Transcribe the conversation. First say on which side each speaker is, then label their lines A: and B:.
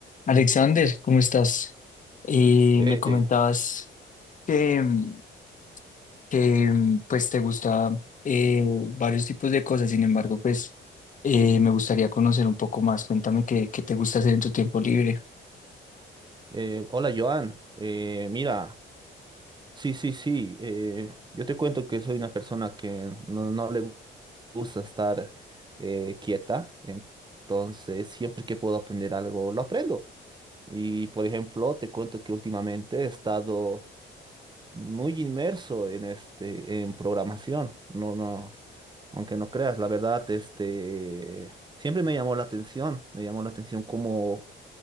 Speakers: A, on the left (about 40°); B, on the right (about 20°).
A: Alexander, ¿cómo estás? Eh,
B: Eh,
A: me comentabas que, mm, que, mm, pues te gusta eh, varios tipos de cosas, sin embargo, pues eh, me gustaría conocer un poco más. Cuéntame qué, qué te gusta hacer en tu tiempo libre.
B: eh, hola Joan, Eh, mira, sí, sí, sí, eh, yo te cuento que soy una persona que no, no le gu- gusta estar eh, quieta, entonces siempre que puedo aprender algo, lo aprendo. Y por ejemplo, te cuento que últimamente he estado muy inmerso en este, en programación. No, no, aunque no creas, la verdad, este, siempre me llamó la atención, me llamó la atención cómo